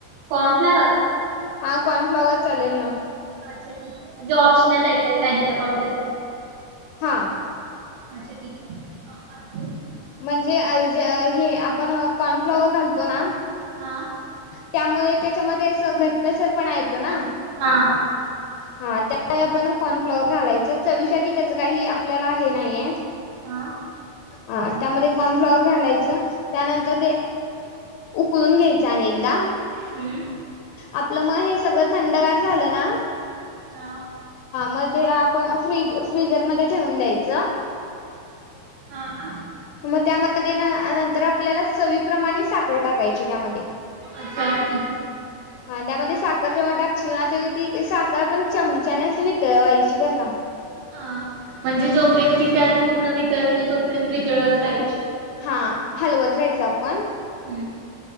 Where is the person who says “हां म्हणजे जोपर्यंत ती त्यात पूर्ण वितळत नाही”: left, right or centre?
Right